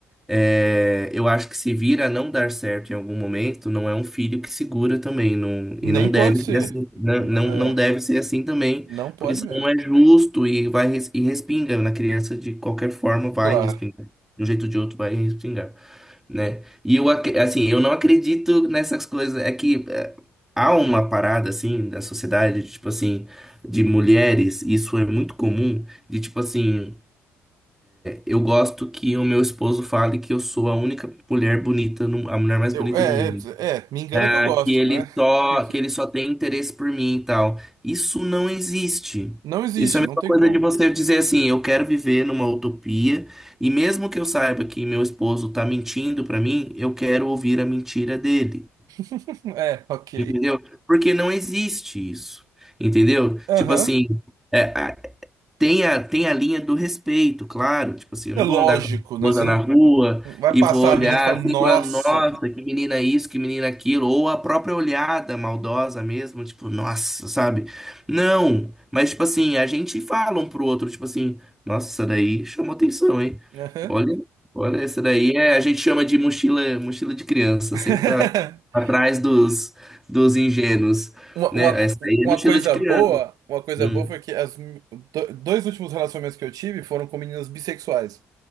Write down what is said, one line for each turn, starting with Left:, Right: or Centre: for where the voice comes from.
Centre: É, eu acho que se vir a não dar certo em algum momento, não é um filho que segura também, não,
Right: Nem
Centre: e não deve
Right: pode ser.
Centre: ser assim, né?
Right: N-
Centre: não,
Right: É,
Centre: não deve ser assim também,
Right: não pode
Centre: porque senão
Right: mesmo.
Centre: não é justo e vai res- e respinga na criança de qualquer forma, vai
Right: Claro.
Centre: respingar. De um jeito ou de outro vai respingar, né? E eu, ac- assim, eu não acredito nessas coisas, é que é, há uma parada, assim, da sociedade, tipo assim, de mulheres, isso é muito comum, de tipo assim. Eu gosto que o meu esposo fale que eu sou a única mulher bonita, no- a mulher mais
Right: Eu,
Centre: bonita
Right: é,
Centre: do mundo.
Right: é, é, me engana
Centre: Ah,
Right: que eu gosto,
Centre: que ele
Right: né?
Centre: só,
Right: Porque
Centre: que ele só tem interesse por mim e tal. Isso não existe.
Right: não existe,
Centre: Isso é a mesma
Right: não tem
Centre: coisa
Right: como.
Centre: de você dizer assim, eu quero viver numa utopia, e mesmo que eu saiba que meu esposo tá mentindo pra mim, eu quero ouvir a mentira dele.
Right: <laughs> É, ok.
Centre: Entendeu? Porque não existe isso. Entendeu?
Right: Aham.
Centre: Tipo assim, é. Tem a, tem a linha do respeito, claro. Tipo assim, eu
Right: É
Centre: não
Right: lógico,
Centre: vou andar com a minha esposa
Right: né? Você não
Centre: na rua
Right: vai
Centre: e
Right: passar
Centre: vou olhar
Right: a menina e falar,
Centre: assim
Right: nossa.
Centre: e falar, nossa,
Right: que-
Centre: que menina isso, que menina aquilo, ou a própria olhada maldosa mesmo, tipo, nossa, sabe? Não, mas tipo assim, a gente fala um pro outro, tipo assim, nossa, essa daí chamou atenção, hein?
Right: Aham.
Centre: Olha, olha, essa daí é, a gente chama de mochila, mochila de criança, sempre
Right: <laughs>
Centre: tá atrás dos, dos ingênuos,
Right: Uma,
Centre: né?
Right: uma, co-
Centre: Essa daí
Right: uma
Centre: é mochila
Right: coisa
Centre: de criança.
Right: boa, uma coisa
Centre: Hum.
Right: boa foi que as, mi- do- dois últimos relacionamentos que eu tive foram com meninas bissexuais.